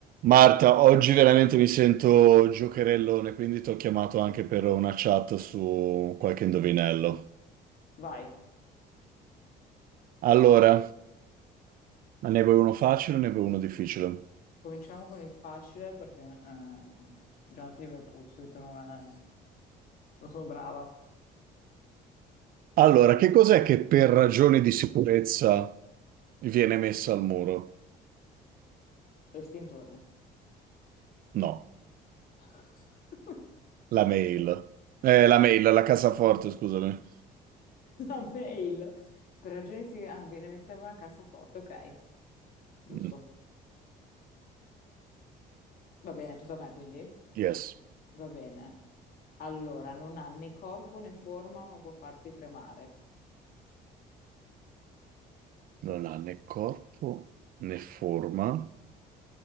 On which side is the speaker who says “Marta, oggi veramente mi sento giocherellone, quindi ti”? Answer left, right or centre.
Right